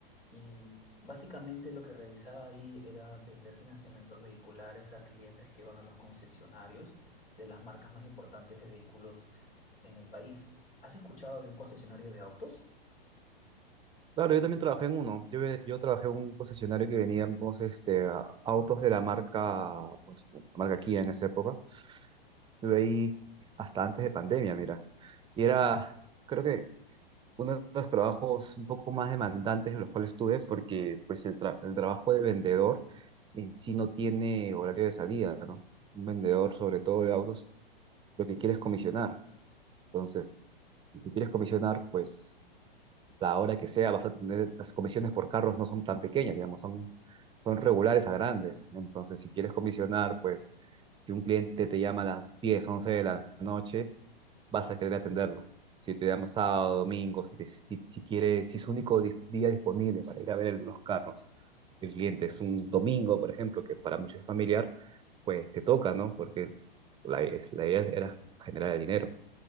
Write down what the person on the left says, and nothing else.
Y básicamente lo que realizaba ahí era vender financiamientos vehiculares a clientes que van a los concesionarios de las marcas más importantes de vehículos en el país. ¿Has escuchado de un concesionario de autos?